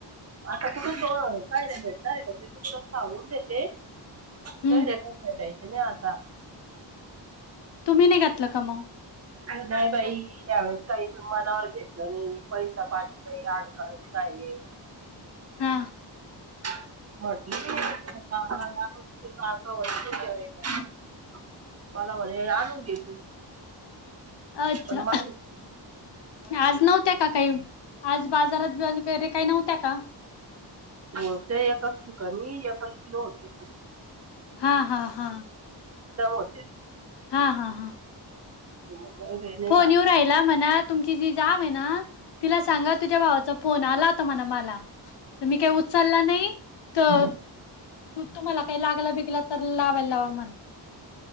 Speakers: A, on the right (about 35°); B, on the left (about 65°).
A: आता कुठं दो कैऱ्या भेटणार हाय का? देते तुला सांगून देते,
B: हम्म
A: कैऱ्या काय भेटायचे नाही आता.
B: तुम्ही नाही घातलं का मग?
A: नाही बाई, ह्यावेळेस काही मनावर घेतलं नाही, पैसा पाणी नाही अडका नाही काही नाही.
B: हा.
A: <unintelligible> म्हटलं <unintelligible> जायेगा. मला म्हणे आणून घेते
B: अच्छा
A: पण मा..
B: आज नव्हत्या का काही आज बाजारात वगैरे काही नव्हत्या का.
A: होते एच चिकनी एच किलो होते..
B: हा हा हा
A: होते.
B: हा हा हा
A: नाही रे, नाही
B: फोन येऊ राहिला म्हणा तुमची जी जाव आहे ना.. तिला सांगा तुझ्या भावाचा फोन आला होता म्हणा मला. तर मी काही उचलला नाही तर..
A: का?
B: त तुम्हाला काही लागयला बिगला तर लावायला लावा म्हणा..